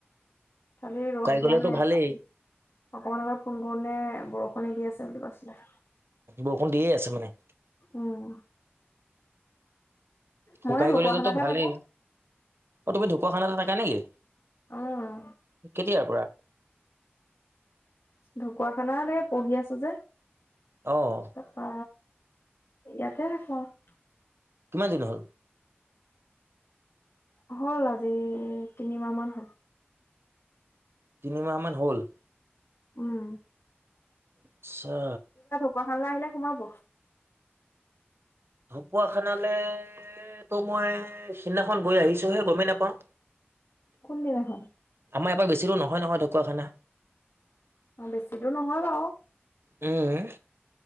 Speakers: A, on the left; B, on the right.
A: খালি ৰ'দ দিয়া
B: গ'লেতো
A: নাই।
B: ভালেই
A: অকমান আগত ফোন কৰোতেনে বৰষুণে দি আছে বুলি কৈছিলে।
B: বৰষুণ দিয়ে আছে মানে?
A: উম। ময়ো
B: শুকাই
A: ঢকুৱাখানাতহে
B: গ'লেতোতো ভালেই।
A: থাকো।
B: অ', তুমি ঢকুৱাখানাতে থাকা নেকি?
A: উম,
B: কেতিয়াৰ পৰা?
A: ঢকুৱাখানাত এ পঢ়ি আছো যে।
B: অ'।
A: তাৰপা, ইয়াতে থাকোঁ আৰু।
B: কিমান দিন হ'ল?
A: হ'ল আজি, তিনিমাহ মান হ'ল।
B: তিনিমাহ মান হ'ল?
A: উম।
B: আচ্ছা।
A: কুৱাখানালে আহিলে সোমাব।
B: ঢকুৱাখানালে তে তো মই সিদিনাখন গৈ আহিছোঁ‌ হে, গমেই নাপাওঁ।
A: কোনদিনাখন?
B: আমাৰ ইয়া পা বেছি দূৰ নহয় নহয় ঢকুৱাখানা।
A: অ', বেছি দূৰ নহয় বাৰু।
B: উম।